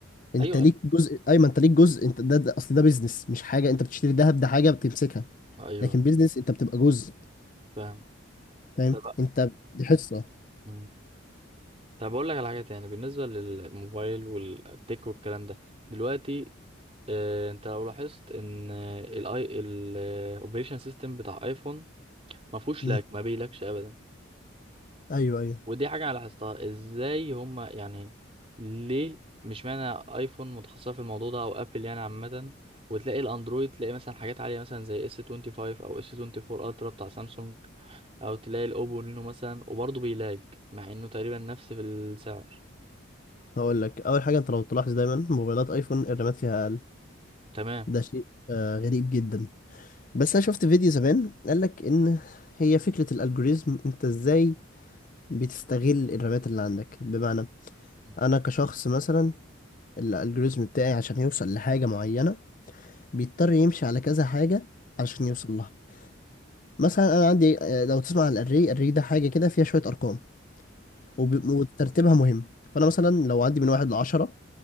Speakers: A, on the left; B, on the right.
A: أنت
B: ايوه
A: ليك جزء أيمن أنت ليك جزء أنت ده, ده أصل ده بيزنس مش حاجة أنت بتشتري دهب ده حاجة بتمسكها
B: ايوه
A: لكن بيزنس أنت بتبقى جزء
B: فاهم
A: فاهم
B: طب
A: أنت دي حصة
B: مم. طب اقول لك على حاجه تاني بالنسبه للموبايل والتك والكلام ده دلوقتي آه، انت لو لاحظت ان الاي الاوبريشن سيستم بتاع ايفون ما فيهوش
A: مم.
B: لاج ما بيلاكش ابدا
A: أيوه أيوه
B: ودي حاجة أنا لاحظتها إزاي هما يعني ليه مش معنى أيفون متخصصة في الموضوع ده أو أبل يعني عامة وتلاقي الأندرويد تلاقي مثلا حاجات عالية مثلا زي اس 25 أو اس 24 ألترا بتاع سامسونج أو تلاقي الأوبو رينو مثلا وبرضه بيلاج مع إنه تقريبا نفس في السعر
A: هقول لك أول حاجة أنت لو تلاحظ دايما موبايلات أيفون الرامات فيها أقل
B: تمام
A: ده شيء آه غريب جدا بس أنا شفت فيديو زمان قال لك إن هي فكرة الألجوريزم أنت إزاي بتستغل الرامات اللي عندك بمعنى
B: م.
A: انا كشخص مثلا الالجوريزم بتاعي عشان يوصل لحاجة معينة بيضطر يمشي على كذا حاجة عشان يوصل لها مثلا انا عندي آه، لو تسمع عن الاري الاري ده حاجة كده فيها شوية ارقام وب- وترتيبها مهم فانا مثلا لو عندي من واحد لعشرة